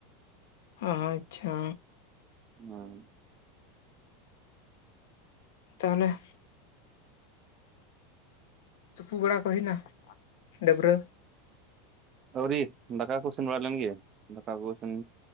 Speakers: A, on the left; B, on the right.
A: ᱟᱦᱚ ᱟᱪᱪᱷᱟ᱾
B: <unintelligible>
A: ᱛᱟᱦᱞᱮ ᱛᱩᱯᱩ ᱵᱟᱲᱟ ᱠᱚ ᱦᱩᱭᱮᱱᱟ ᱰᱟᱹᱵᱨᱟᱹ?
B: ᱟᱹᱣᱨᱤ, ᱫᱟᱠᱟ ᱠᱚ ᱤᱥᱤᱱ ᱵᱟᱲᱟ ᱞᱮᱱ ᱜᱮ, ᱫᱟᱠᱟ ᱠᱚ ᱤᱥᱤᱱ